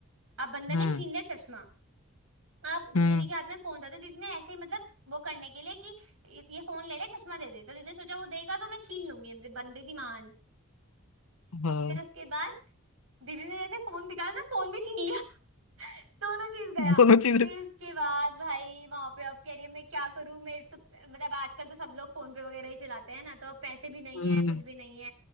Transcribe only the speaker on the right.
अब बंदर
ने छीन लिया चश्मा अब
दीदी के हाथ में फोन था तो दीदी ने ऐसे ही मतलब वो करने के लिए कि ये ये फोन ले ले चश्मा दे दे तो दीदी ने सोचा वो देगा तो मैं छीन लूंगी बन रही थी महान
फिर उसके बाद दीदी ने जैसे फोन दिखाया तो फोन भी छीन लिया दोनों चीज गया
फिर उसके बाद भाई वहां पे अब कह रही है मैं क्या करूं मेरे तो मतलब आजकल तो सब लोग फोन पे वगैरह ही चलाते हैं ना तो अब पैसे भी नहीं
है कुछ भी नहीं है